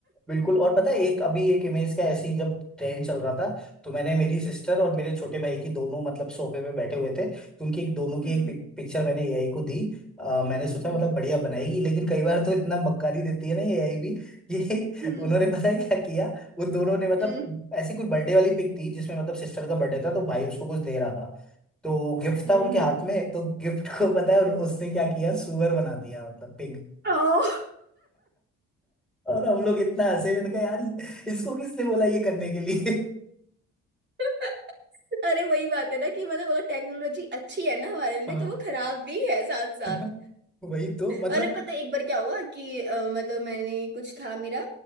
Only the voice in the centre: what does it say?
बिल्कुल और पता है एक अभी एक इमेज का ऐसे ही जब ट्रेंड चल रहा था तो मैंने मेरी सिस्टर और मेरे छोटे भाई की दोनों मतलब सोफे पे बैठे हुए थे तो उनकी एक दोनों की
एक पिक, पिक्चर मैंने एआई को दी अ, मैंने सोचा
मतलब बढ़िया बनाएगी लेकिन कई बार तो इतना मक्कारी देती है ना ये एआई भी कि
<laughs> उन्होंने पता है क्या किया उन दोनों ने मतलब
ऐसी कोई बर्थडे वाली पिक थी जिसमें मतलब सिस्टर का बर्थडे था तो भाई उसको कुछ दे रहा था तो गिफ्ट
था उनके हाथ में तो गिफ्ट को पता है उन- उसने क्या किया सुअर बना दिया मतलब पिग
और हम लोग इतना हंसे मैंने कहा यार इसको किसने बोला ये करने के लिए
हाँ
<laughs> वही तो मतलब